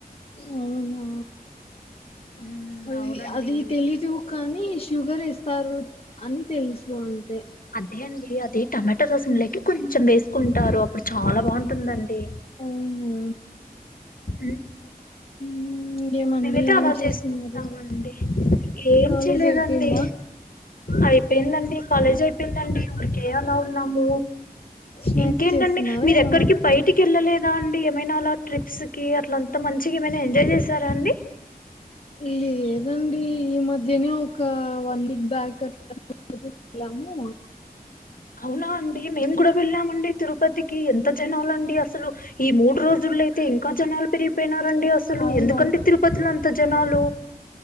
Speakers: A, on the left; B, on the left.
A: అవునా
B: ఉమ్
A: అ
B: అవునండి
A: అది తెలీదు కానీ షుగర్ ఏస్తారు. అని తెలుసు అంతే
B: అదే అండి అది టమోటో రసం లెక్క కొంచెం వేసుకుంటారు అప్పుడు చాలా బాగుంటుందండి.
A: ఊ ఉ
B: ఉమ్,
A: ఇంకేమండి
B: మేమైతే అలా
A: ఏం చేస్తున్నారు
B: చేసుకుంటామండి ఏం
A: కాలేజ్
B: చేయలేదండి.
A: అయిపోయిందా
B: అయిపోయిందండి. కాలేజీ అయిపోయిందండి. ఊరికే అలా ఉన్నాము.
A: స్నాక్స్
B: ఇంకేంటండి
A: చేస్తున్నారా
B: మీరెక్కడికి
A: ఏమన్నా
B: బయట ఇంటికి వెళ్ళలేదా అండి ఏమైనా అలా ట్రిప్స్ కి అట్లా అంతా మంచిగా ఏమనా ఎంజాయ్ చేసారఅండి.
A: లేదండి ఈ మధ్యనే ఒక వన్ వీక్ బ్యాక్ అట్లా <inaudible> లము
B: అవునా అండి మేము గుడా వెళ్ళామండి తిరుపతికి ఎంత జనాలండి అసలు ఈ మూడు రోజులు అయితే ఇంకా జనాలు పెరిగిపోయినారండి అస్ అసలు
A: అవునవును
B: ఎందుకండి తిరుపతిలో అంత జనాలు